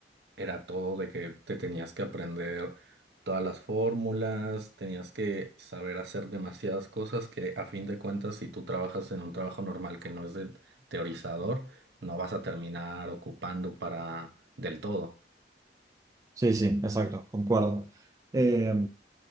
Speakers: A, on the right; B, on the right.
A: era todo de que te tenías que aprender todas las fórmulas, tenías que saber hacer demasiadas cosas que a fin de cuentas, si tú trabajas en un trabajo normal que no es de teorizador, no vas a terminar ocupando para del todo.
B: Sí, sí, exacto, concuerdo. Eh,